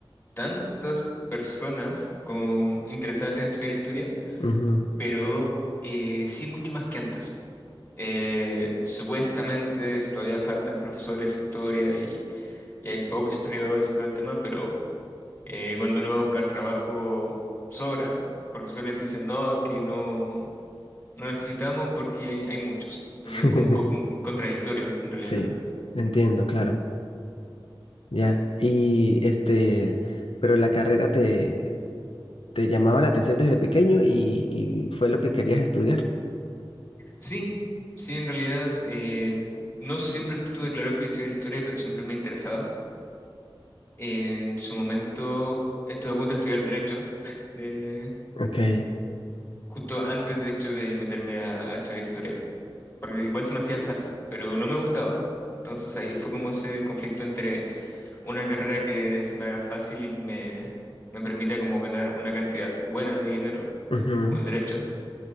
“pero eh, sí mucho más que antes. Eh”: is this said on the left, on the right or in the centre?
Left